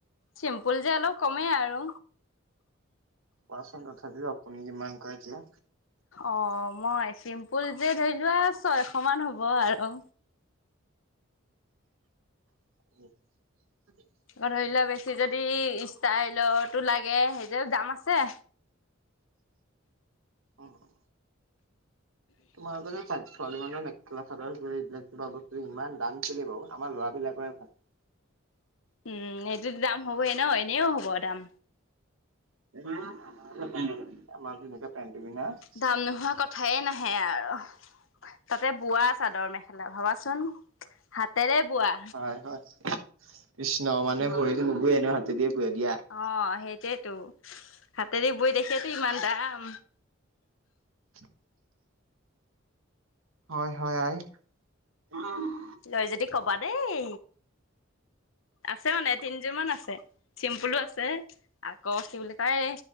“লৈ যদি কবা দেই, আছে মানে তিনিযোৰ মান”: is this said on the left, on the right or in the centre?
Left